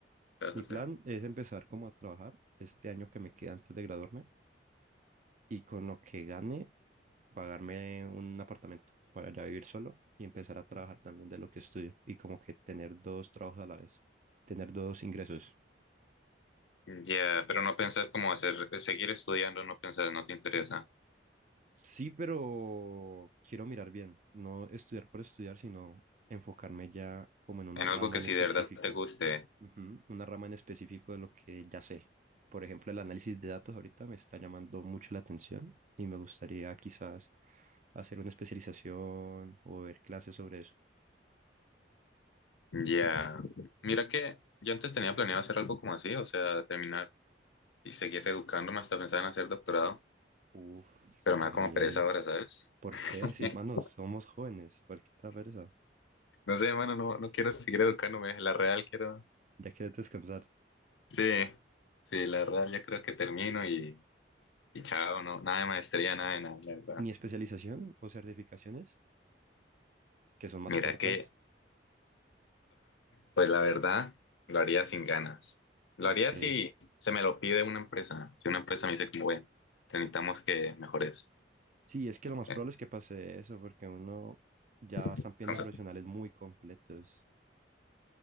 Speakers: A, on the left; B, on the right.
A: ¿Qué vas
B: Mi
A: a hacer?
B: plan es empezar como a trabajar este año que me queda antes de graduarme y con lo que gane pagarme un apartamento para ya vivir solo y empezar a trabajar también de lo que estudio y como que tener dos trabajos a la vez, tener dos ingresos.
A: Ya, pero no pensás cómo hacer, seguir estudiando, no pensás, no te interesa.
B: Sí, pero quiero mirar bien, no estudiar por estudiar, sino enfocarme ya como en una
A: En
B: rama
A: algo que
B: en
A: sí
B: específico,
A: de verdad te guste.
B: Ujú, Una rama en específico de lo que ya sé. Por ejemplo, el análisis de datos ahorita me está llamando mucho la atención y me gustaría quizás hacer una especialización o ver clases sobre eso.
A: Ya. Mira que yo antes tenía planeado hacer algo como así, o sea, terminar y seguir educándome hasta pensar en hacer doctorado,
B: Uf,
A: pero
B: re
A: me da
B: bien.
A: como pereza ahora, ¿sabes?
B: ¿Por
A: <laughs>
B: qué? Sí, manos somos jóvenes, cualquier persa,
A: No sé, mano, no, no quiero seguir educándome, la real quiero.
B: ya quieres descansar.
A: Sí, sí, la real ya creo que termino y, y chao, no, nada de maestría, nada de nada, la verdad.
B: Ni especialización o certificaciones, que son más
A: Mira
B: cortas.
A: que Pues la verdad, lo haría sin ganas. Lo
B: Ok.
A: haría si se me lo pide una empresa. Si una empresa me dice como, ve, te necesitamos que mejores.
B: Sí, es que lo más
A: eh,
B: probable es que pase eso, porque uno ya están
A: Entonces,
B: viendo profesionales muy completos